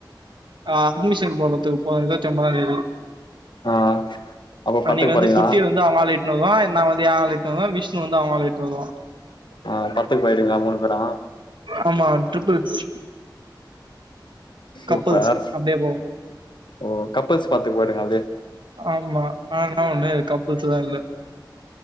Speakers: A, on the right; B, on the left.
A: அட்மிஷன் போட்றத்துக்கு வர இருவத்தி ஒம்பதாந்தேதி
B: ஆ அப்ப படத்துக்கு
A: அன்னிக்கி வந்து
B: போறீங்களா
A: குட்டி வந்து அவ ஆள இட்னு வருவான் நா வந்து என் ஆள இட்னு வருவன் விஷ்ணு வந்து அவன் ஆள இட்னு வருவான்
B: அ பட்த்துக்கு போய்டுவீங்ளா மூணு பேரும்
A: ஆமா ட்ரிபிள்ஸ்
B: சூப்பர்
A: கப்புள்ஸ் அப்டியே போவு
B: ஓ கப்புல்ஸ் பட்த்துக்கு போய்டுங்க அப்டியே
A: ஆமா ஆனா ஒண்ணு கப்புல்ஸ்லா இல்ல